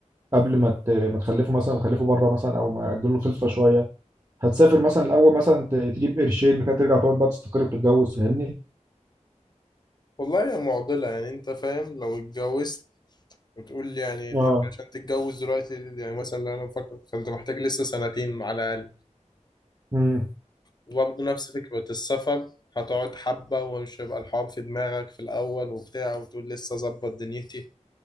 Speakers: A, on the right (about 30°); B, on the left (about 35°).
A: قبل ما ت- ما تخلفوا مثلا وتخلفوا بره مثلا او ما تجيلوا الخلفه شويه هتسافر مثلا الاول مثلا ت- تجيب قرشين بعد كده ترجع تقعد بقى تستقر وتتجوز فاهمني
B: والله هي معضلة يعني أنت فاهم لو اتجوزت وتقول لي يعني
A: اه
B: أنت عشان تتجوز دلوقتي يعني مثلا لو أنا بفكر فأنت محتاج لسه سنتين على الأقل
A: امم
B: وبرضه نفس فكرة السفر هتقعد حبة ومش هيبقى الحوار في دماغك في الأول وبتاع وتقول لسه أظبط دنيتي